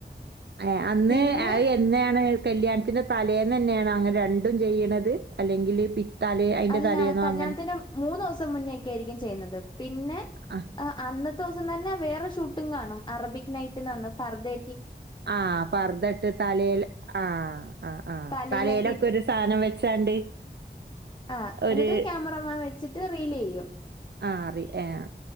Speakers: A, on the right (about 70°); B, on the left (about 25°).
A: ഏ അന്ന്
B: പിന്നെ
A: ആ എന്നേണ് കല്യാണത്തിന്റെ തലേന്ന് തന്നെയാണ് അങ്ങനെ രണ്ടും ചെയ്യണത് അല്ലെങ്കിൽ പി തലേ അയിന്റെ
B: അല്ല
A: തലേന്നോ
B: കല്യാണത്തിന്റെ
A: അങ്ങനെ
B: മൂന്ന് ദിവസം മുന്നേക്കെ ആയിരിക്കും ചെയ്യുന്നത് പിന്നെ
A: ആഹ്
B: അന്ന ദിവസം തന്നെ വേറെ ഷൂട്ടും കാണും അറബിക് നയ്റ്റിന്റെന്ന് ഫർദെ
A: ആ പർദിട്ട് തലേൽ ആ ആ ആ
B: തലയിലൊക്കെ
A: തലേലൊക്കെ ഒരു സാധനം വെച്ചാണ്ട്
B: ആ
A: ഒരു
B: എന്നിട്ട് ക്യാമറാമ്മ വെച്ചിട്ട് റീൽ ചെയ്യും
A: ആ അറി ഏ ആ